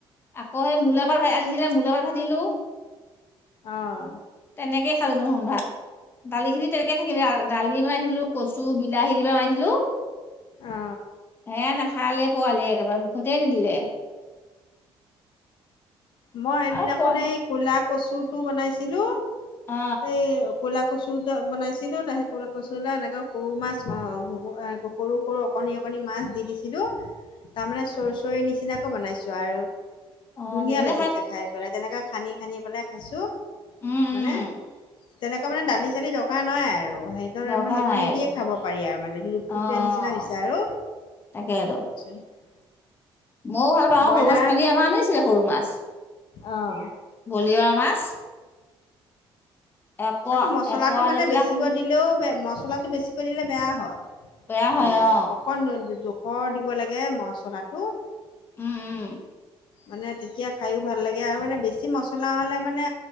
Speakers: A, on the left; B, on the left.
A: আকৌ সেই মূলাপাত ভ আনিছিলে মূলাপাত ভাজিলো।
B: অঁ
A: তেনেকে খালোঁ ভাত। দালিখিনি তেনেকে থাকিলে আৰু দালি বনাইছিলোঁ কচু বিলাহী দি পেলাই বনাইছিলোঁ।
B: অ
A: হে নাখালে পোৱালি একেবাৰে মুখতে নিদিলে
B: মই সেইদিনাখোন
A: আৰু পোৱালি
B: এই কলা কচুটো বনাইছিলো
A: অ
B: এই কলা কচু বনাইছিলো তাৰপিছত কচু এনেকে সৰু মাছ সৰু সৰু অকণি অকণি মাছ দিছিলো তাৰমানে চৰচৰী নিচিনাকৈ বনাইছো আৰু
A: অঁ
B: ধুনীয়া
A: তেনেক
B: খাই পেলাই তেনেকৈ খানি খানি পেলাই খাইছোঁ
A: উম উম
B: মানে তেনেকুৱা মানে দালি চালি দকাৰ নাই আৰু সেইকণ
A: দৰকাৰ
B: সেইকণেদিয়ে
A: নাই আৰু
B: খাব পাৰি আৰু মানে লুপথুপীয়া
A: অ
B: নিচিনা হৈছে
A: অ
B: আৰু
A: তাকেইতো
B: <unintelligible>
A: ময়ো ভাল পাওঁ
B: ব্ৰইলাৰ
A: সৰু মাছ কালি আমাৰ আনিছিলে সৰু মাছ
B: অঁ
A: বলিয়ৰা মাছ এপোৱা
B: আকৌ মছলাটো
A: এপোৱা
B: মানে
A: লৈ পেলাই
B: বেছিকৈ
A: খালি
B: দিলেও মচলা বেছিকৈ দিলে বেয়া হয়
A: বেয়া হয়
B: মানে
A: অ
B: অকন ঘৰ দিব লাগে মচলাটো
A: উম উম
B: মানে তেতিয়া খাইও ভাল লাগে আৰু মানে বেছি মছলা হলে মানে